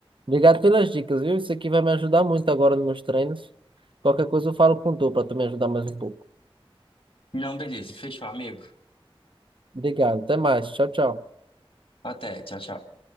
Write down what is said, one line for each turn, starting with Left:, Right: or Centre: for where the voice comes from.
Right: Obrigado pelas dicas, viu? Isso aqui vai me ajudar muito agora nos meus treinos. Qualquer coisa eu falo com tu para tu me ajudar mais um pouco.
Left: Não, beleza, fechou, amigo.
Right: Obrigado, até mais. Tchau, tchau.
Left: Até, tchau, tchau.